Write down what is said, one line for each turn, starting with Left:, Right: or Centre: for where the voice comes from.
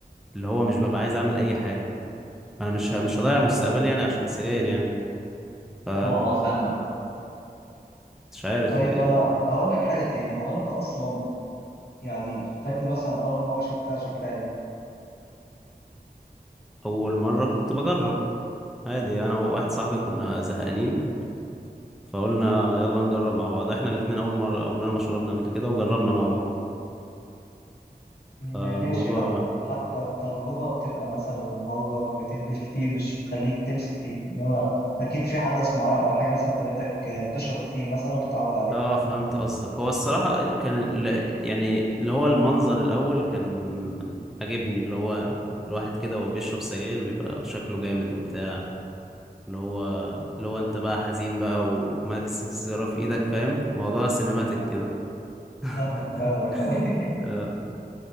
Centre: اللي هو مش ببقى عايز اعمل اي حاجه انا مش ه- مش هضيع مستقبلي يعني عشان سجاير يعني ف
Left: اه اه فاهمك
Centre: مش عارف
Left: طيب
Centre: آه،
Left: انا هقول لك حاجه تاني هو انت اصلا يعني فاكر مثلا اول مره شربتها شربتها ليه
Centre: اول مره كنت بجرب عادي انا وواحد صاحبي كنا زهقانين فقلنا يلا نجرب مع بعض احنا الاتنين اول مره عمرنا ما شربنا قبل كده وجربنا مع بعض
Left: إيه،
Centre: فالموضوع
Left: ما- ماشي حتى حتى التجربه بتبقى مثلا مره مرتين بالكتير مش بتخليك تمسك فيك انما اكيد في حدث معين او حاجه مثلا خلتك آه، تشرب كتير مثلا وتتعود عليه
Centre: اه فهمت قصدك هو الصراحة ال- كان ال- يعني اللي هو المنظر الأول كان عجبني اللي هو الواحد كده وهو بيشرب سجاير بيبقى شكله جامد وبتاع اللي هو اللي هو انت بقى حزين بقى وماكس السيجارة في ايدك فاهم موضوع سينماتيك
Left: آه،
Centre: كده
Left: فاهمك
Centre: <laughs>
Left: فاهمك أوي
Centre: آه،